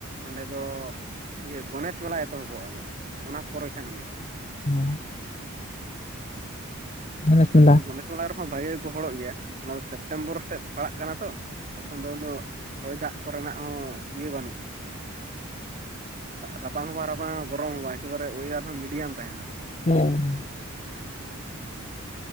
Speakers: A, on the right (about 35°); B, on the left (about 30°).
A: ᱚᱸᱰᱮ ᱫᱚ ᱤᱭᱟᱹ ᱜᱚᱱᱮᱥ ᱢᱮᱞᱟ ᱮᱛᱚᱦᱚᱵᱚᱜ ᱟᱫᱚ ᱚᱱᱟ ᱯᱚᱨᱮ ᱠᱷᱟᱱ ᱜᱮ᱾
B: ᱦᱩᱸ᱾ ᱢᱟᱱᱚᱥ ᱢᱮᱞᱟ
A: ᱟᱫᱚ ᱜᱚᱱᱮᱥ ᱢᱚᱞᱟ ᱨᱮᱦᱚᱸ ᱵᱷᱟᱹᱜᱮ ᱜᱮᱠᱚ ᱦᱚᱲᱚᱜ ᱜᱮᱭᱟ ᱚᱱᱟ ᱫᱚ ᱥᱮᱯᱴᱮᱢᱵᱚᱨ ᱥᱮᱫ ᱯᱟᱲᱟᱜ ᱠᱟᱱᱟ ᱛᱚ ᱛᱚᱠᱷᱚᱱ ᱫᱚ ᱩᱱᱟᱹᱜ ᱦᱚᱭ ᱫᱟᱜ ᱠᱚᱨᱮᱱᱟᱜ ᱦᱚᱸ ᱤᱭᱟᱹ ᱵᱟᱹᱱᱩᱜᱼᱟ᱾ ᱨᱟᱵᱟᱝ ᱦᱚᱸ ᱵᱟᱝ ᱨᱟᱵᱟᱝ ᱜᱚᱨᱚᱢ ᱦᱚᱸ ᱵᱟᱝ ᱮᱠᱮᱵᱟᱨᱮᱭ ᱢᱤᱰᱤᱭᱟᱢ ᱛᱟᱦᱮᱱᱟ ᱛᱚᱠᱷᱚᱱ᱾ ᱫᱚ
B: <inaudible>